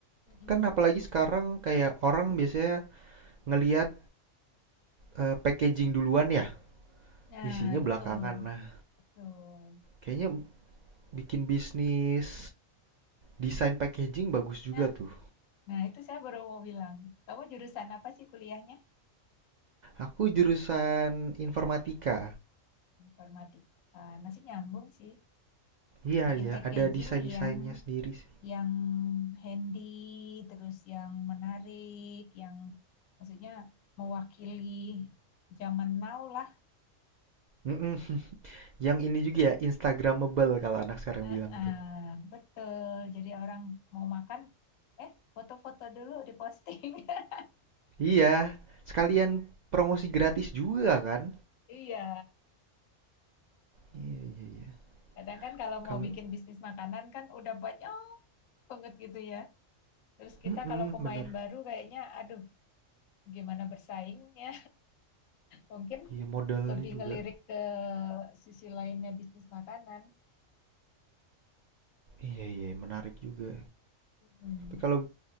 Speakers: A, on the left; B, on the right.
A: Mm-mm.
B: Kan apalagi sekarang kayak orang biasanya ngelihat eh, packaging duluan ya,
A: Nah,
B: isinya
A: betul,
B: belakangan. Nah,
A: betul.
B: kayaknya bikin bisnis desain packaging bagus juga
A: Nah,
B: tuh.
A: Nah, itu saya baru mau bilang, kamu jurusan apa sih kuliahnya?
B: Aku jurusan informatika.
A: Informatik. Ah, masih nyambung sih.
B: Iya
A: Bikin
B: iya,
A: packaging
B: ada desain-desainnya
A: yang
B: sendiri sih.
A: yang handy, terus yang menarik, yang maksudnya mewakili zaman now lah.
B: Mm-mm. <laughs> Yang ini juga ya, Instagramable kalau anak sekarang
A: Eh,
B: bilang
A: eh,
B: tuh.
A: betul. Jadi orang mau makan, eh foto-foto dulu diposting. <laughs>
B: Iya, sekalian promosi gratis juga kan?
A: Iya.
B: Iya iya iya.
A: Kadang kan kalau
B: Kalau
A: mau bikin bisnis makanan kan udah banyak banget gitu ya. Terus kita
B: mm
A: kalau pemain
B: bener.
A: baru kayaknya aduh gimana bersaingnya. Mungkin
B: Iya modalnya
A: lebih
B: juga.
A: ngelirik ke sisi lainnya bisnis makanan.
B: Iya iya menarik juga.
A: Mm-mm.
B: Tapi kalau